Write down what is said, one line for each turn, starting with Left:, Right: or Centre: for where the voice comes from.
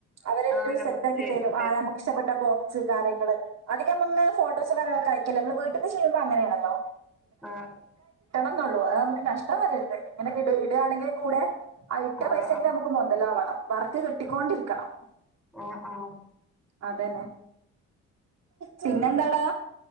Right: അവരെല്ലും
Centre: ആഹ് നമുക്ക്
Right: സെറ്റാക്കി
Centre: ചെയ്തു
Right: തരും ആ ഞമ്മക്ക് ഇഷ്ടപ്പെട്ട ബോക്സ് കാര്യങ്ങള്. അധികം നമ്മള് ഫോട്ടോസ് വേറെയാക്ക് അയക്കല്ലോ നമ്മള് വീട്ടിന്ന് ചെയ്യുമ്പോ അങ്ങനെയാണല്ലോ?
Centre: ആഹ്
Right: ന്നുള്ളൂ അത് നമ്മക്ക് നഷ്ടം വരരുത്. അങ്ങനെ കിട് ഇടുകാണെങ്ങി കൂടെ ഇട്ട
Centre: ആഹ്
Right: പൈസേന്റെ
Centre: ആഹ്
Right: നമക്കു മുതലാവണം. വർക്ക് കിട്ടിക്കൊണ്ടിരിക്കണം.
Centre: ആ ആ
Right: അതന്നെ പിന്നെന്താടാ?